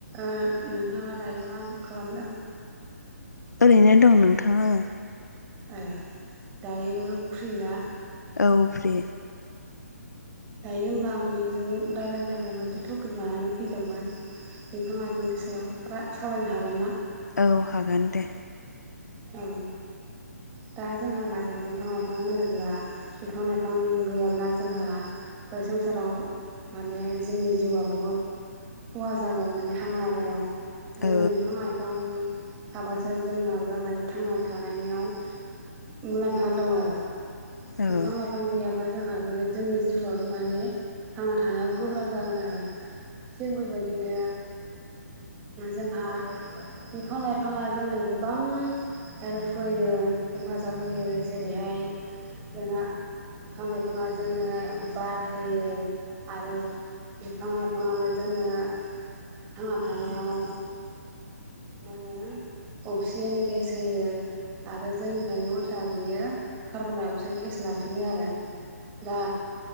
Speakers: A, on the right; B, on the left.
A: ओ नोंथाङा दायो मा खालामदों?
B: ओरैनो दं नोंथां आङो।
A: ए दायो फ्रि ना?
B: औ फ्रि।
A: दायो होमबा आं नोंजों रायजलायनो थाखाय मोनसे टपिक लानानै फैदोंमोन बिफां लाइफांनि सायाव, रा सावरायनो हागोन ना?
B: औ हागोन दे।
A: औ। दा जोंहा माने बिफां लाइफां होनोब्ला बिफां लाइफां गैयाब्ला जोंहा बे संसाराव माने जोंनि जिउआ बहुद खहा जागोन माने हां लानायाव। जोङो
B: औ
A: बिफां लाइफां थाबासो जोंहाबो माने थांना थानायनियाव मुलामफा दं आरो।
B: औ
A: बिफां
B: औ
A: लाइफां गैयाब्ला जोंहाबो जोंनि जिउआव माने थांना थानायाव गोब्राब जागोन आरो। थिग बेबायदिनो जोंहा बिफां लाइफाङा जोंनो गोबां हेल्प होयो एबा हेफाजाब होयो। जेरैहाय जोंहा बिफां लाइफाङा जोंनो बार होयो आरो बिफां लाइफाङानो जोङो थांना थानायाव मा होनो अक्सिजेन गेस होयो आरो जोंनिफ्रायनो उल्था बियो कार्बन डाइ अक्साइड गेस लाफिनो आरो। दा।